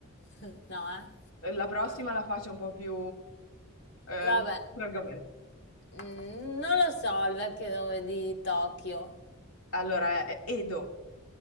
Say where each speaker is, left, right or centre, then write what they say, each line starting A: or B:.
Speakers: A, on the left (about 50°); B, on the left (about 80°).
A: <laughs> No, eh?
B: La prossima la faccio un po' più... eh,
A: Vabbè,
B: argomento.
A: Mm, non lo so il vecchio nome di Tokyo.
B: allora, è Edo.